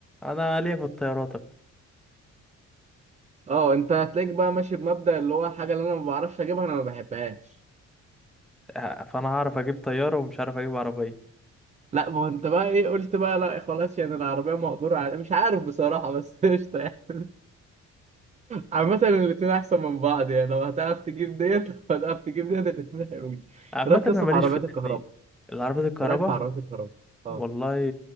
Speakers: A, in the centre; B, on the right.
A: انا ليا في الطيارات
B: اه انت هتلاقيك بقى ماشي بمبدأ اللي هو الحاجة اللي انا ما بعرفش اجيبها انا ما بحبهاش
A: آه، فانا هعرف اجيب طياره ومش عارف اجيب عربيه
B: لا ما هو انت بقى ايه قلت بقى لا خلاص يعني العربية مقدورة على مش عارف بصراحة بس <laughs> قشطة يعني عامة الاتنين احسن من بعض يعني لو هتعرف تجيب ديت لو هتعرف تجيب ديت الاتنين حلوين
A: عامه
B: ايه رأيك
A: انا
B: قصة
A: ماليش
B: في عربيات
A: في الاتنين
B: الكهرباء
A: العربيات الكهرباء
B: ايه رأيك في عربيات الكهرباء اه
A: والله